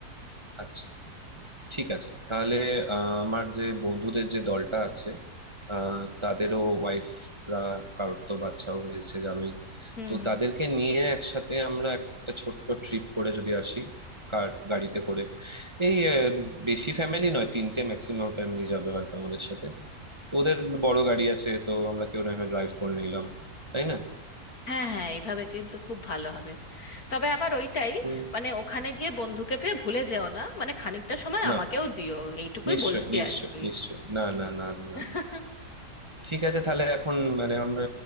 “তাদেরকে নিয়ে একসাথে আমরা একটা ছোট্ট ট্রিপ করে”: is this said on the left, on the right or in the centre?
Right